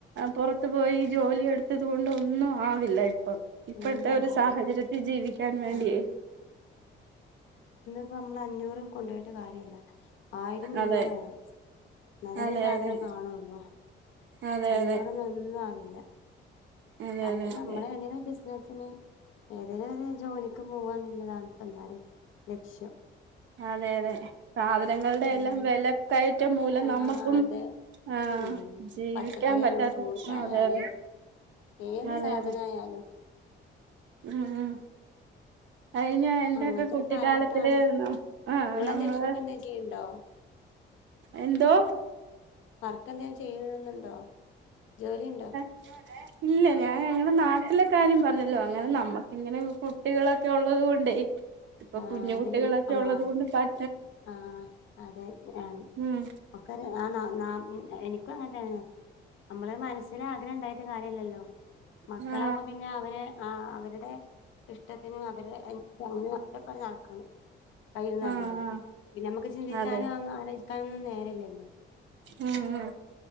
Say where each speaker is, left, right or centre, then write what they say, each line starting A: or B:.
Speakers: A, on the right; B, on the left.
A: പുറത്തു പോയി ജോലി എടുത്തത് കൊണ്ട് ഒന്നും ആവില്ല ഇപ്പം ഇപ്പഴത്തെ
B: ഒന്നും
A: ഒരു
B: ആവില്ല
A: സാഹചര്യത്തിൽ ജീവിക്കാൻ വേണ്ടിയയ്
B: അതെ ഇപ്പൊ നമ്മള് അഞ്ഞൂറ് കൊണ്ടോയിട്ട് കാര്യല്ല ആയിരം മിനിമം
A: അതെ
B: വേണം എന്നാ തന്നെ
A: അതെ
B: സാധനം
A: അതെ
B: കാണുള്ളൂ
A: അതെ
B: അഞ്ഞൂറ്
A: അതെ
B: ഇന്നൊന്നും ആവില്ല
A: അതെ
B: അപ്പൊ
A: അതെ
B: നമ്മള
A: അതെ
B: ഏതങ്കിലും ബിസിനസിന് ഏതേകിലും ഒരു ജോലിക്ക് പോവാന്ന്ല്ലതാണ് ഇപ്പോ എല്ലാരിം ലക്ഷ്യം
A: അതെ അതെ സാധനങ്ങളുടെ
B: ഉം.
A: എല്ലാം വെലക്കയറ്റം മൂലം
B: ആഹ്
A: നമ്മക്കും
B: അതെ
A: ആഹ്
B: ഉം
A: ജീവിക്കാൻ
B: പച്ചക്കറിയായാലും
A: പറ്റാത്ത
B: ഫ്രൂട്ട്സ് ആയാല്
A: അതെ അതെ
B: ഏത്
A: അതെ
B: സാധനയാലും
A: അതെ ഉം ഉം കഴിഞ്ഞ എന്റെക്കെ
B: അങ്ങനത്തെ
A: കുട്ടിക്കാലത്തില്
B: ഒരു കാലഘട്ടാണ്.
A: ന ആ
B: നിങ്ങളെന്തേലും
A: നമ്മള്
B: വർക്ക് എന്തേലും ചെയ്യണ്ടോ?
A: എന്തോ
B: വർക്ക് എന്തെങ്കിലും ചെയ്യണെന്നുണ്ടോ ജോലി ഉണ്ടോ
A: <inaudible> അതെ ഇല്ല ഞാൻ അങ്ങനെ നാട്ടിലെ കാര്യം പറഞ്ഞല്ലോ അങ്ങനെ നമ്മക്ക്ങ്ങനെ കുട്ടികളൊക്കെ ഉള്ളത് കൊണ്ടേ ഇപ്പൊ
B: ആഹ്
A: കുഞ്ഞു
B: അതെ
A: കുട്ടികളൊക്കെ
B: ആഹ്
A: ഉള്ളത് കൊണ്ട് താൻ
B: ആഹ് അതെ <unintelligible>
A: ഉം
B: ഒക്കെ <unintelligible> എനി ഒക്കെ അങ്ങൻത്തെന്നെ നമ്മള് മനസ്സിൽ ആഗ്രഹം ഉണ്ടായിട്ട് കാര്യം ഇല്ലല്ലോ മക്കളവുമ്പോ
A: ആ
B: പിന്നെ അവരെ ആ അവരുടെ ഇഷ്ടത്തിനു അവര് അങ്ങന ഓലെപ്പം നട ക്കണം അയിന്
A: ആ
B: നമ്മളെ
A: ആ
B: പിന്നെ നമ്മക്ക് ചിന്തിച്ചാനന്നും
A: അതെ
B: ആലോചിക്കാനൊന്നും നേരല്ലല്ലോ
A: ഉം ഉം